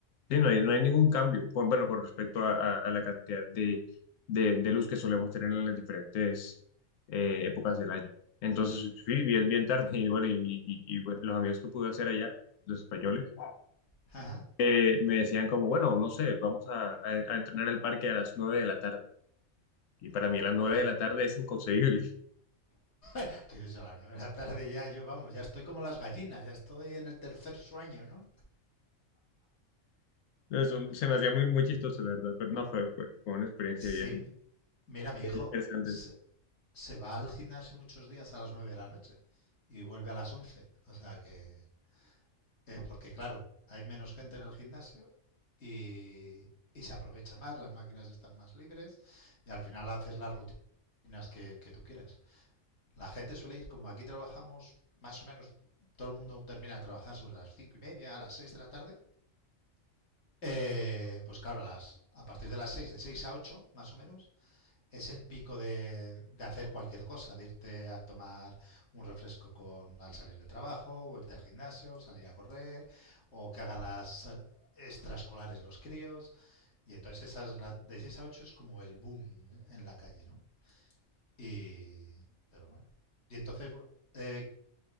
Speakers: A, on the left; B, on the left.
A: sí, no hay, no hay ningún cambio, con- bueno, con respecto a, a- a la cantidad de, de- de luz que solemos tener en las diferentes eh, épocas del año. Entonces, sí, bien, bien tarde, y bueno, y, y- y, bueno, los amigos que pude hacer allá, los españoles,
B: Ajá.
A: eh, me decían como, bueno, no sé, vamos a, a, a entrenar el parque a las 9 de la tarde. Y para mí a las 9
B: Tú,
A: de la tarde es inconcebible.
B: Entonces a las nueve de la tarde ya yo, vamos, ya estoy como las gallinas, ya estoy en el tercer sueño, ¿no?
A: no Eso se me hacía muy, muy chistoso, la verdad, pero no fue, fue, fue una experiencia
B: Sí,
A: bien,
B: mira, mi
A: bien
B: hijo
A: interesante.
B: se, se va al gimnasio muchos días a las nueve de la noche y vuelve a las once. O sea que, eh, porque claro, hay menos gente en el gimnasio y, y se aprovecha más, las máquinas están más libres y al final haces las rutinas que, que tú quieras. La gente suele ir, como aquí trabajamos más o menos, todo el mundo termina de trabajar sobre las cinco y media, a las seis de la tarde, Eh, pues claro, a, las, a partir de las 6, de 6 a 8, más o menos, es el pico de, de hacer cualquier cosa, de irte a tomar un refresco con, al salir del trabajo, o irte al gimnasio, o salir a correr, o que hagan las eh, extraescolares los críos. Y entonces esas de 6 a 8 es como el boom en la calle, ¿no? Y, pero bueno. Y entonces, eh,